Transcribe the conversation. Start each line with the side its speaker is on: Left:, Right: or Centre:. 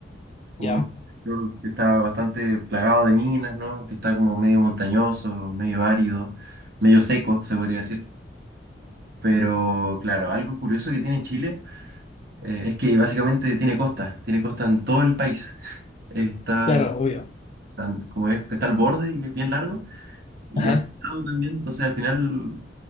Right: como
Left: Ya,
Right: un sector que está bastante plagado de minas, ¿no? Que está como medio montañoso, medio árido, medio seco, se podría decir. Pero claro, algo curioso que tiene Chile eh, es que básicamente tiene costa, tiene costa en todo el país. Está,
Left: claro, obvio.
Right: tan- como es- está al borde y es bien largo. Y
Left: Ajá.
Right: ya está al lado también, entonces al final